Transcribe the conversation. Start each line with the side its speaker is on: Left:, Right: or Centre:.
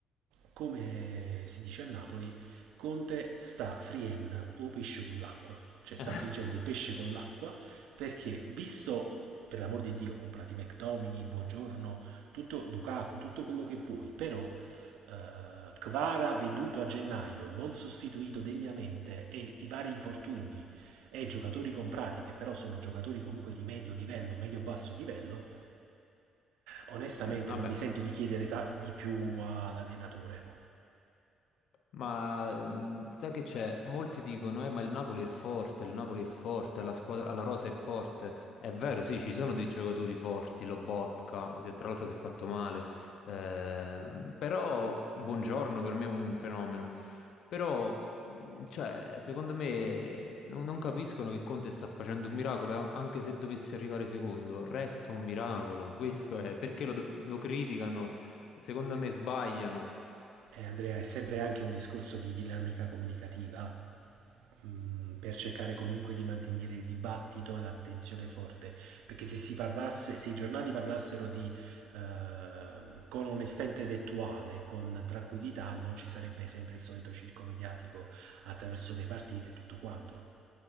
Right: Come si dice a Napoli, Conte sta frien o pesce con l'acqua, cioè sta
Left: <laughs>
Right: friggendo il pesce con l'acqua perché visto per l'amor di Dio comprati McTomini, Buongiorno, tutto Lukaku, tutto quello che vuoi, però eh, Kvara venduto a gennaio, non sostituito degnamente e i vari infortuni e giocatori comprati che però sono giocatori comunque di medio livello, medio basso livello, onestamente
Left: Vabbè.
Right: non mi sento di chiedere ta- di più all'allenatore.
Left: Ma mm, sai che c'è? Molti dicono, eh, ma il Napoli è forte, il Napoli è forte, la squadra, la rosa è forte. È vero, sì, ci sono dei giocatori forti, Lobotka, che tra l'altro si è fatto male, ehm, però Buongiorno per me è un fenomeno. Però, mm, cioè, secondo me non, non capiscono che Conte sta facendo un miracolo, e an- anche se dovesse arrivare secondo, resta un miracolo. Questo è, perché lo do- lo criticano? Secondo me sbagliano.
Right: Eh, Andrea, è sempre anche un discorso di dinamica comunicativa, mm, per cercare comunque di mantenere il dibattito e l'attenzione forte, perché se si parlasse, se i giornali parlassero di, eh, con onestà intellettuale, con tranquillità, non ci sarebbe sempre il solito circo mediatico attraverso le partite e tutto quanto